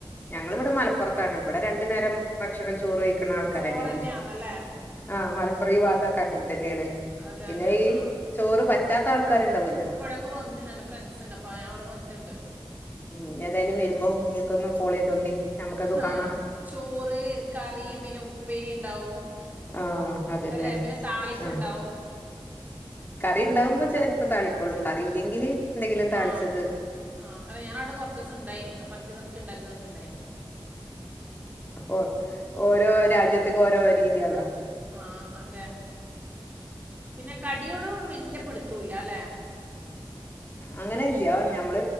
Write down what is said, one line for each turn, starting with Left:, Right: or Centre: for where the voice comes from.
Left: ഞങ്ങെൾ ഇവെടെ മലപ്പൊറത്താണ് ഇബെടെ രണ്ട് നേരം ഭക്ഷണം ചോറ് കഴിക്ക്ണ ആൾക്കാരെന്നെയാണ്.
Right: ചോറന്നെയാന്നല്ലേ
Left: ആഹ് മലപ്പുറം ഈ വാത്തൊക്കെ അങ്ങെന് തെന്നെയാണ്.
Right: അതെ
Left: പിന്നെ
Right: അതെ
Left: ഈ
Right: ആഹ്
Left: ചോറ് പറ്റാത്ത ആൾക്കാര് ഇണ്ടാവോല്ലോ
Right: ക്ക് വന്ന്ട്ട് ഇണ്ട് എന്റെ ഫ്രണ്ട്സ് ഇണ്ട് അപ്പ ഞാ അവ്ടെ വന്ന്ട്ട് ഇണ്ട്
Left: ഉം ഏതായാലും വെരുമ്പോ ഇന്നെക്കൊന്ന് കോൾ ചെയ്തോണ്ടി ഞമ്മക്കൊക്കെ
Right: ആഹ്
Left: കാണാം
Right: ചോറ് കറി പിന്നെ ഉപ്പേരി ഇണ്ടാവും
Left: ആഹ് അതന്നെ
Right: അല്ലെ പിന്നെ താളിപ്പ്
Left: ആഹ്
Right: ഇണ്ടാവും
Left: കറി ഉണ്ടാവുമ്പോ ചെലൽപ്പം താളിക്കൊള്ളു കറി ഇല്ലെങ്കിൽ എന്തെങ്കിലും താളിച്ചെത്
Right: ആഹ് ആഹ് അല്ല ഞാൻ അവ്ടെ കൊർച്ചൂസം ഇണ്ടായിനി അപ്പ അൻക്ക് ഇതൊക്കെ ഇണ്ടാക്കി തന്നിട്ട് ഇണ്ടായിനി
Left: ഓഹ് ഓരോ രാജ്യത്ത്ക്ക് ഓരോ രീതിയാണ്ലോ
Right: ആഹ് അതെ പിന്നെ കടിയോടു വെല്ല്യ പിടിത്തൂല്ലാ ലെ
Left: അങ്ങനെ ഇല്ല്യ ഞമ്മെൾ